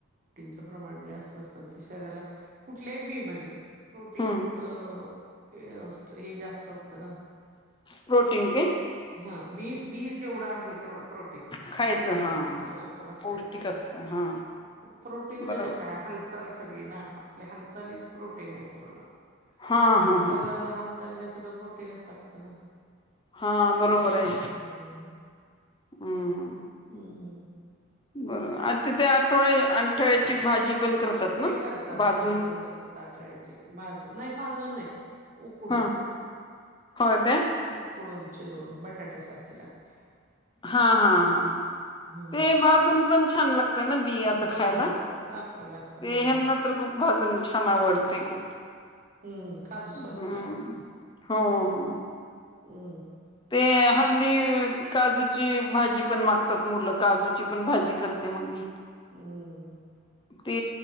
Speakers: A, on the right; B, on the left.
A: च प्रमाणत असत शरी कुठल्या बी प्रोटीन
B: हम्म
A: असे हे जास्त असते ना
B: प्रोटीन काय
A: हा. बी बी जेवढं आहेत. तेवढ प्रोटिन
B: खायचं
A: प्रोटीनमाण
B: हा. हा
A: असते
B: पौष्टिक असतं हा
A: प्रोटीन म्हणजे
B: बरोबर
A: काय हलक हालचाल सगळी ना आपल्या हालचालीच प्रोटीन आहे पुन्हा.
B: हा
A: हालचालला
B: हा हा.
A: हालचालीला सगळं प्रोटीनच लागते ना.
B: हा बरोबर आहे
A: हम्म
B: हम्म
A: हम्म
B: बरोबर तिथे आठवळे आठठळ्याची भाजी पण करतात ना
A: ते करतात
B: भाजून.
A: भाजी पण करतात ताटळ्याची भाजून नाही भाजून नाही उकडून
B: हा होय काय
A: उकडून चिरून बटाट्यासारखी लागते.
B: हा हा हा
A: हम्म
B: ते बाजून पण छान लाग तन बि असं
A: हो
B: खायला
A: हो
B: ते
A: लागत लागत चांगलं
B: हे ना तर
A: लागत
B: खूप भाजून छान आवडते खूप
A: हम्म काजू
B: हम्म
A: सारखं लागत ते
B: हो हो
A: हम्म.
B: ते हल्ली ती काजूची भाजी पण मागतात मुलं काजूची पण भाजी कर ते मग मी
A: हम्म.
B: ते